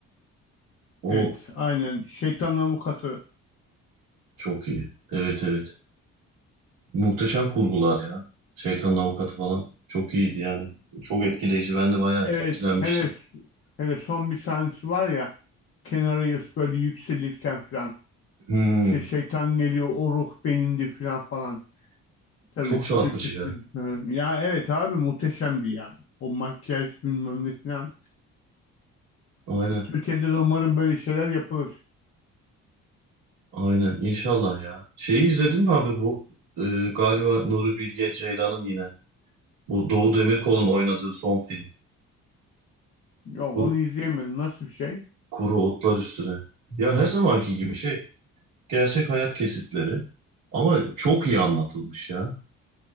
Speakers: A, on the right; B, on the left.
A: O
B: Evet aynen. Şeytanın Avukatı.
A: çok iyi. Evet evet. Muhteşem kurgular ya. Şeytanın Avukatı falan. Çok iyiydi yani. Çok etkileyici. Ben de bayağı
B: Evet,
A: etkilenmiştim.
B: hele, hele son bir sahnesi var ya kenara yas- böyle yükselirken falan
A: Hmm,
B: işte şeytan geliyor o ruh benimdi falan falan. Tabii
A: çok çarpıcı
B: Türkçesini
A: ya.
B: söylüyorum. Ya evet abi muhteşemdi yani. O makyaj bilmem ne falan.
A: Aynen.
B: Türkiye'de de umarım böyle şeyler yapılır.
A: Aynen. İnşallah ya. Şeyi izledin mi abi bu? e, galiba Nuri Bilge Ceylan'ın yine. Bu Doğu Demirkol'un oynadığı son film.
B: Yok
A: Kur-
B: onu izleyemedim. Nasıl bir şey?
A: kuru Otlar Üstüne. Ya her zamanki gibi şey. Gerçek hayat kesitleri. Ama çok iyi anlatılmış ya.